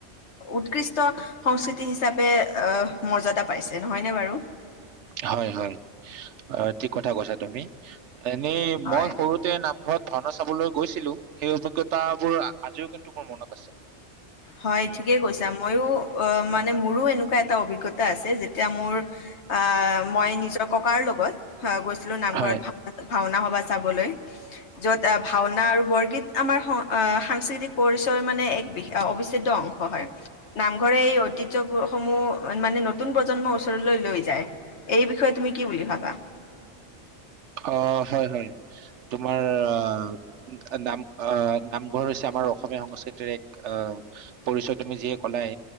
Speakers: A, on the left (about 75°); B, on the right (about 80°).
A: উৎকৃষ্ট সংস্কৃতি হিচাপে আহ মৰ্যদা পাইছে নহয়নে বাৰু?
B: হয় হয় অ ঠিক কথা কৈছা তুমি এনেই
A: হয়
B: মই সৰুতে নামঘৰত ভাওনা চাবলৈ গৈছিলো সেই অভিজ্ঞতাবোৰ আজিও কিন্তু মোৰ মনত আছে।
A: হয় ঠিকেই কৈছা মইয়ো অ মান মানে মোৰো এনেকুৱা এটা অভিজ্ঞতা আছে যেতিয়া মোৰ আহ মই নিজৰ ককাৰ লগত গৈছিলো নামঘৰত
B: হয়
A: ভ ভাওনা চাবলৈ যত ভাওনা আৰু বৰগীত আমাৰ সাংস্কৃতিক পৰিচয় মানে এক অবিচ্ছেদ্য অংশ হয় নামঘৰে এই ঐতিৰ্য্য বোৰ সমূহ মানে নতুন প্ৰজন্মৰ ওচৰলৈ লৈ যায়। এই বিষয়ে তুমি কি বুলি ভাবা?
B: অ হয় হয় তোমাৰ আহ নাম আহ নামঘৰ হৈছে আমাৰ অসমীয়া সংস্কৃতিৰ এক আহ পৰিচয় তুমি যিয়ে কলাই